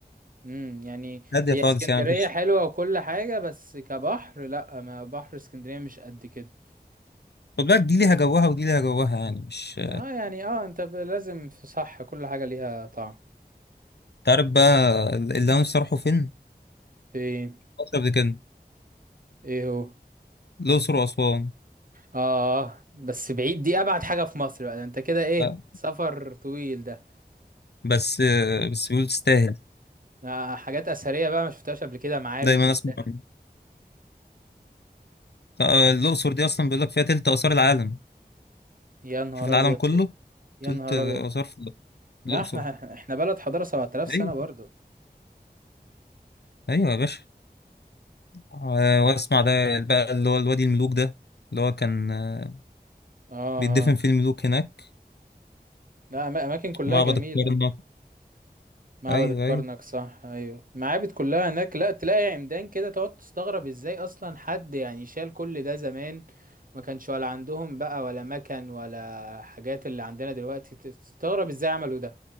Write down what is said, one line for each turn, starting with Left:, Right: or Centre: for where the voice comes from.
Right: امم يعني
Left: هادية
Right: هي
Left: خالص
Right: اسكندرية
Left: يعني مفيش
Right: حلوة وكل حاجة بس كبحر لا ما بحر اسكندرية مش قد كده
Left: خد بالك دي ليها جوها ودي ليها جوها يعني مش
Right: اه يعني اه انت ب- لازم في صح كل حاجة ليها طعم
Left: تعرف بقى اللي انا نفسي اروحه فين؟
Right: فين
Left: فترة قبل كده
Right: ايه هو
Left: الأقصر وأسوان
Right: اه بس بعيد دي ابعد حاجة في مصر بقى ده انت كده ايه
Left: آه،
Right: سفر طويل ده
Left: بس آه، بس بيقولوا تستاهل
Right: آه حاجات اثرية بقى ما شفتهاش قبل كده معابد
Left: دايما
Right: وبتاع
Left: أسمع عنها. آه، الأقصر دي أصلا بيقول لك فيها تلت آثار العالم
Right: يا نهار
Left: شوف العالم
Right: ابيض
Left: كله
Right: ت- يا
Left: تلت
Right: نهار
Left: آثار
Right: ابيض
Left: في
Right: لا
Left: الأقصر
Right: احنا احنا بلد حضارة 7000 سنة
Left: أيوه
Right: برضو
Left: أيوه يا باشا آه، وأسمع ده بقى اللي هو الوادي الملوك ده اللي هو كان آه،
Right: اه
Left: بيدفن
Right: اه
Left: فيه الملوك هناك
Right: لا أما- اماكن كلها
Left: معبد
Right: جميلة
Left: الكرنك
Right: معبد
Left: أيوه
Right: الكرنك
Left: أيوه
Right: صح ايوه معابد كلها هناك لا تلاقي عمدان كده تقعد تستغرب ازاي اصلا حد يعني شال كل ده زمان ما كانش ولا عندهم بقى ولا مكن ولا حاجات اللي عندنا دلوقتي تستغرب ازاي عملوا ده